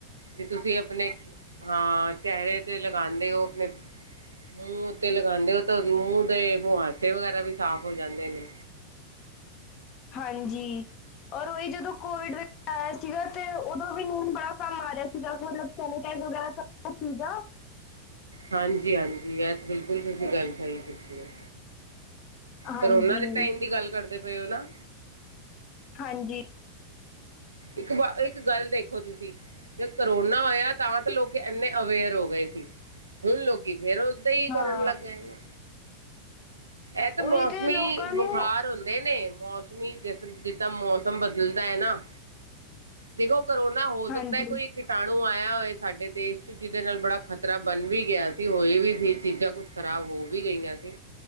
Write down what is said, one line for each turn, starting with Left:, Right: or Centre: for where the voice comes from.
Right: ਜੇ ਤੁਸੀਂ ਆਪਣੇ ਹਾਂ ਚਿਹਰੇ ਤੇ ਲਗਾਉਂਦੇ ਹੋ ਆਪਣੇ ਮੂੰਹ ਉੱਤੇ ਲਗਾਉਂਦੇ ਉਹ ਤਾਂ ਮੂੰਹ ਦੇ ਬਹਾਸੇ ਵਗੈਰਾ ਵੀ ਸਾਫ਼ ਹੋ ਜਾਂਦੇ ਨੇ,
Left: ਹਾਂਜੀ, ਔਰ ਉਹੀ ਜਦੋਂ ਕੋਵਿਡ ਵਿੱਚ ਆਇਆ ਸੀਗਾ ਤੇ ਉਦੋਂ ਵੀ ਨਹੀਂ ਬੜਾ ਕੰਮ ਆ ਰਿਹਾ ਸੀਗਾ ਮਤਲਬ ਸੈਨੀਟਾਈ ਵਗੈਰਾ ਸੀਗਾ।
Right: ਹਾਂਜੀ ਹਾਂਜੀ ਇਹ ਤਾਂ ਬਿਲਕੁਲ ਤੁਸੀਂ ਗੱਲ ਸਹੀ ਕੀਤੀ ਹੈ।
Left: ਹਾਂਜੀ
Right: ਕਰੋਨਾ ਦੇ ਟਾਈਮ ਦੀ ਗੱਲ ਕਰਦੇ ਪਏ ਹੋ ਨਾ,
Left: ਹਾਂਜੀ,
Right: ਇੱਕ ਬਾ, ਇੱਕ ਗੱਲ, ਦੇਖੋ ਤੁਸੀਂ ਜ ਕਰੋਨਾ ਹੋਇਆ ਤਾਂ ਤਾਂ ਲੋਕ ਇੰਨੇ ਅਵੇਅਰ ਹੋ ਗਏ ਸੀ। ਹੁਣ ਲੋਕੀ ਫੇਰ, ਹੀ ਕਰਨ
Left: ਹਾਂ
Right: ਲੱਗਾ ਇਹਨਾ ਇਹ ਤਾਂ
Left: ਉਹੀ
Right: ਮੌਸਮੀ
Left: ਤੇ ਲੋਕਾਂ ਨੂੰ
Right: ਬੁਖਾਰ ਹੁੰਦੇ ਨੇ ਮੌਸ ਜ ਜਿੱਦਾਂ ਮੌਸਮ ਬਦਲਦਾ ਹੈ ਨਾ ਦੇਖੋਂ, ਕਰੋਨਾ ਹੋ ਸਕਦਾ
Left: ਹਾਂਜੀ
Right: ਕੋਈ ਕੀਟਾਣੂ ਆਇਆ ਹੋਏ ਸਾਡੇ ਦੇਸ਼ 'ਚ, ਜਿਹਦੇ ਨਾਲ ਬੜਾ ਖ਼ਤਰਾ ਬਣ ਵੀ ਗਿਆ ਸੀ। ਹੋਈ ਵੀ ਸੀ, ਚੀਜ਼ਾਂ ਕੁਛ ਖ਼ਰਾਬ ਹੋ ਵੀ ਗਈਆਂ ਸੀ।